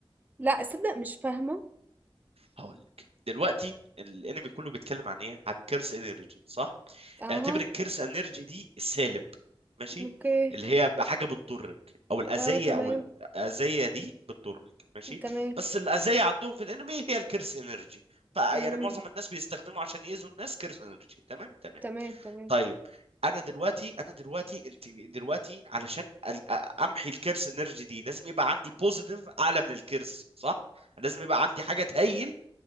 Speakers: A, on the right; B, on the right.
A: لا صدق مش فاهمه
B: هقول لك دلوقتي الانمي كله بيتكلم عن ايه عن كيرس انرجي صح
A: اها
B: اعتبر الكيرس انرجي دي السالب ماشي
A: اوكي
B: اللي هي حاجه بتضرك او الاذيه
A: اه تمام
B: او الاذيه دي بتضرك ماشي
A: تمام
B: بس الاذيه عندهم في الانمي هي الكيرس انرجي فيعني
A: مهم.
B: معظم الناس بيستخدموا عشان يأذوا الناس كيرس انرجي تمام تمام
A: تمام، تمام.
B: طيب انا دلوقتي انا دلوقتي انت دلوقتي علشان ال- امحي الكيرس انرجي دي لازم يبقى عندي بوزيتيف اعلى من الكيرس صح لازم يبقى عندي حاجه تهيل